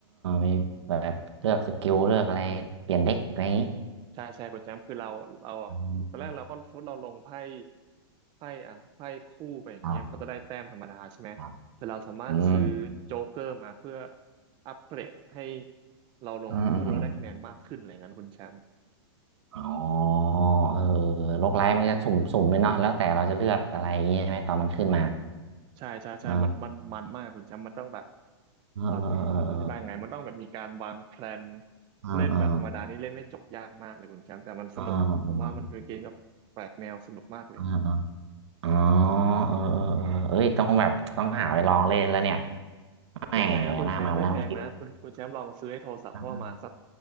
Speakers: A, on the right; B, on the right.
A: มีแบบเลือกสกิลเลือกอะไรเปลี่ยนเด็กอะไรอย่างนี้
B: ใช่ใช่คุณแชมป์คือเราเราอะตอนแรกเราก็สมมติเราลงไพ่
A: อืม
B: ไพ่อ่ะไพ่คู่ไปอย่างเงี้ยมันก็จะได้แต้มธรรมดาใช่ไหมแต่เราสามารถซื้อโจ๊กเกอร์มาเพื่อ
A: ครับครับอืม
B: อัปเกรดให้เราลงคู่แล้วได้คะแนนมากขึ้นอะไรเงี้ยคุณแชมป์
A: อืมอืมอมอ๋อเออโลกไลท์มันจะสุ่มสุ่มเลยเนาะแล้วแต่เราจะเลือกอะไรอย่างนี้ใช่ไหมตอนมันขึ้นมา
B: ใช่ใช่ใช่มันมันมันมากคุณแชมป์มันต้องแบบ
A: อ่าเออเออเออเออ
B: เขาต้องอ่ะอธิบายไงมันต้องแบบมีการวางแพลน
A: เออ่า
B: เล่นแบบธรรมดานี่เล่นไม่จบยากมากเลยคุณแชมป์แต่มันสนุกผมว่ามันเป็นเกมที่แบบแปลกแนวสนุกมากเลย
A: อ่าอ่าอ่า อ๋อเออเออเออ เอ้ยต้องแบบต้องหาไปลองเล่นแล้วเนี่ยแหมหน้ามันนะคคิด
B: ไม่แพงนะคุณแชมป์ไม่แพงนะคุณคุณแชมป์ลองซื้อไอ้โทรศัพท์ก็ประมาณสัก
A: เอม